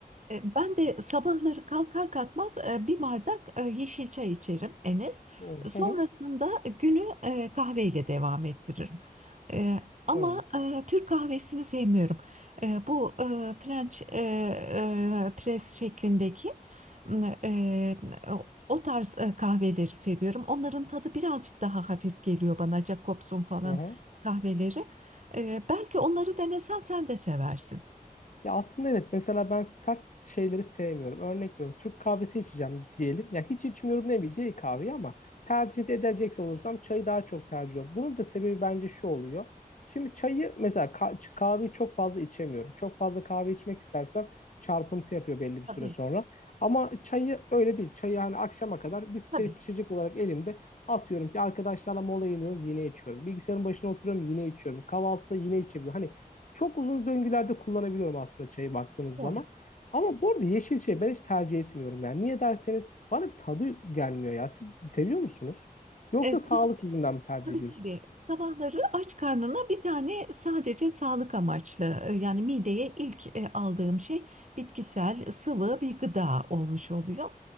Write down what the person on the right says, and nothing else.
E, Ben de sabahları kalkar kalkmaz e, bir bardak e, yeşil çay içerim Enes.
Sonrasında
günü e, kahveyle devam ettiririm. E, Ama
e, Türk kahvesini sevmiyorum. E, Bu e, French e, e, press şeklindeki e, o o tarz e, kahveleri seviyorum. Onların tadı birazcık daha hafif geliyor bana. Jacobs'un falan
kahveleri. E, Belki onları denesen sen de seversin.
Tabii,
tabii.
Doğru.
Evet,
tabii,
tabii.
tabii. Sabahları aç karnına bir tane sadece sağlık amaçlı e, yani mideye ilk e, aldığım şey bitkisel sıvı bir gıda olmuş oluyor.